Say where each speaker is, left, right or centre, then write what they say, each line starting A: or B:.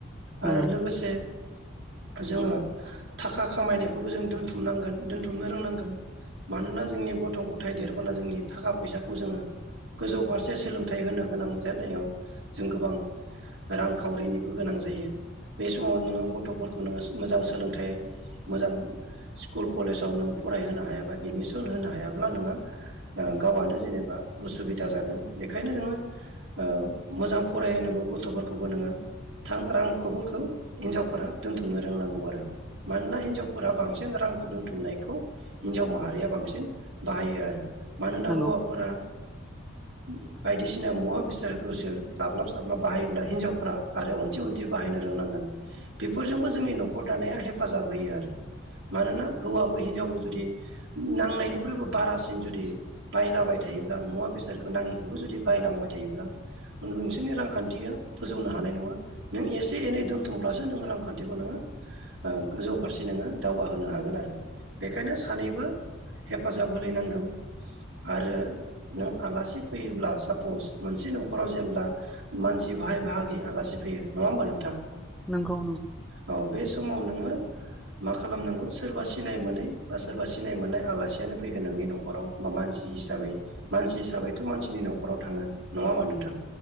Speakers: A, in the centre; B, on the right.
A: नंगौ
B: आरो लोगोसे जोङो थाखा खामायनायखौबो जों दोनथुमनांगोन दोनथुमनो रोंनांगोन मानोना जोंनि गथ'-गथाय देरबोला जोंनि थाखा फैसाखौ जोङो गोजौ फारसे सोलोंथाइ होनो गोनां जानायाव जों गोबां रांखावरिनिबो गोनां जायो। बे समाव नोङो गथ'फोरखौ नोङो मोजां सोलोंथाइ मोजां स्कुल कलेजाव नों फरायहोनो हायाबा एडमिसन होनो हायाब्ला नोङो गावआनो जेनेबा उसुबिदा जागोन बेखायनो नोङो ओ मोजां फरायहोनांगौ गथ'फोरखौबो नोङो थां रांखौफोरखौ हिनजावफोरा दोनथुमनो रोंनांगौ आरो मानोना हिनजावफोरा बांसिन रां दोनथुमनायखौ हिनजाव माहारिया बांसिन बाहायो आरो। मानोना
A: नंगौ
B: हौवाफोरा ओ बायदिसिना मुवा बेसादखौसोर लाब्लाब साब्लाब बाहायोब्ला हिनजावफ्रा आरो अनथि अनथि बाहायनो रोंनांगोन बेफोरजोंबो जोंनि न'खर दानाया हेफाजाब होयो आरो मानोना हौवाबो हिनजावबो जुदि नांनायनिख्रुइबो बारासिन जुदि बायलाबाय थायोब्ला मुवा बेसादखौ नाङिखौबो जुदि बायलांबाय थायोब्ला नोंसोरनि रांखान्थिया फोजौनो हानाय नङा नों एसे एनै दोनथुमब्लासो नोङो रांखान्थिखौ नोङो ओ गोजौ फारसे नोङो दावगाहोनो हागोन आरो बेखायनो सानैबो हेफाजाब होलायनांगौ। आरो नों आलासि फैयोब्ला सापस मोनसे न'खराव जेब्ला मानसि बाहाय बाहागि आलासि फैयो नङा होमबा नोंथां?
A: नंगौ
B: औ बे समाव नोङो मा खालामनांगौ सोरबा सिनाय मोनै बा सोरबा सिनाय मोननाय आलासियानो फैगोन नोंनि न'खराव बा मानसि हिसाबै मानसि हिसाबैथ' मानसिनि न'खराव थाङो नङा होमा नोंथां